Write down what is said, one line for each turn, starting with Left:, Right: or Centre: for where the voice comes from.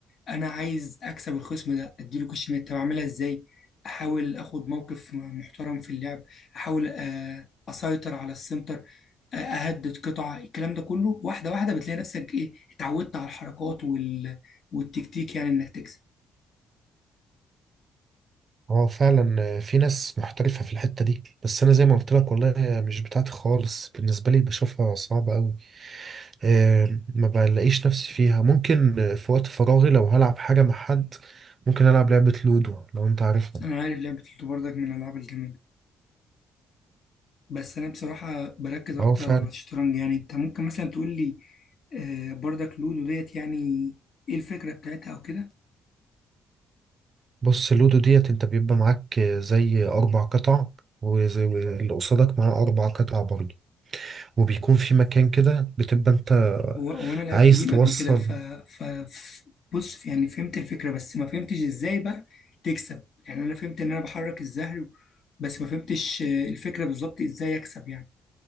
Left: انا عايز اكسب الخصم ده اديله كش ميت طب اعملها ازاي احاول اخد موقف محترم في اللعب احاول آه، اسيطر على السنتر آه، اهدد قطع الكلام ده كله واحده واحده بتلاقي نفسك ايه اتعودت على الحركات وال... والتكتيك يعني انك تكسب
Right: هو فعلا في ناس محترفة في الحتة دي بس أنا زي ما قلت لك والله مش بتاعتي خالص بالنسبة لي بشوفها صعبة أوي آه، ما بلاقيش نفسي فيها ممكن في وقت فراغي لو هلعب حاجة مع حد ممكن ألعب لعبة لودو لو أنت عارفها
Left: انا عارف لعبه لوتو بردك من الالعاب الجميله بس انا بصراحه بركز اكتر
Right: أه فعلا
Left: على الشطرنج يعني انت ممكن مثلا تقول لي آه، بردك لودو ديت يعني ايه الفكره بتاعتها او كده
Right: بص اللودو ديت أنت بيبقى معاك زي أربع قطع وزي اللي قصادك معاه أربع قطع برضه وبيكون في مكان كده بتبقى أنت
Left: هو هو انا لعبت
Right: عايز
Left: جيم
Right: توصل
Left: قبل كده ف ف ف- بص يعني فهمت الفكره بس ما فهمتش ازاي بقى تكسب يعني انا فهمت ان انا بحرك الزهر بس ما فهمتش آه، الفكره بالظبط ازاي اكسب يعني